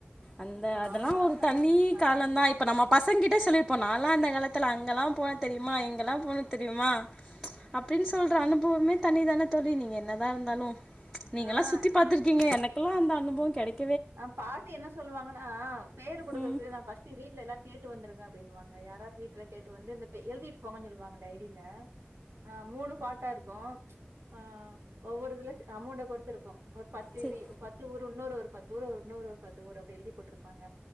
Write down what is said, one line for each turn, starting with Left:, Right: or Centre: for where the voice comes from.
Centre: அந்த அதல்லா
Right: ஆமா.
Centre: ஒரு தனி
Right: மறக்க
Centre: காலந்தா
Right: முடியாது.
Centre: இப்ப நம்ம பசங்க கிட்ட சொல்லியிருப்போ நாலா அந்த காலத் துல அங்கல்லா போன தெரிமா எங்கலா போன தெரிமா அப்டின்னு சொல்ற அனுபவமே தனிதான தோழி நீங்க என்னதா இருந்தாலு நீங்கலா
Right: ஆ
Centre: சுத்தி பாத்துருக்கீங்க எனக்குலா அந்த அனுபவம் கெடைக்
Right: ஆ பாட்டு என்ன சொல்வாங்கனா பேரு குடுக்கறக்கு
Centre: ம்
Right: நா ஃபஸ் ட்டு வீட்ல எல்லார் கேட்டு வந்துருங்க அப்டின்னுவாங்க யார் யார் வீட்ல கேட்டு வந்து இந்த பெ எழுதிட்டு போங்கன் சொல்லுவாங்க டைரில ஆ மூணு பாட்டா இருக்கும் ஆ ஒவ்வொரு இதுல அமௌண்ட்ட பொறுத்து இருக்கும் ஒரு பத்து
Centre: செரி
Right: வி பத்து ஊரு இன்னொரு ஒரு பத்து ஊரு ஒரு இன்னொரு ஒரு பத்து ஊரு அப்டி எழுதி போட்ருப்பாங்க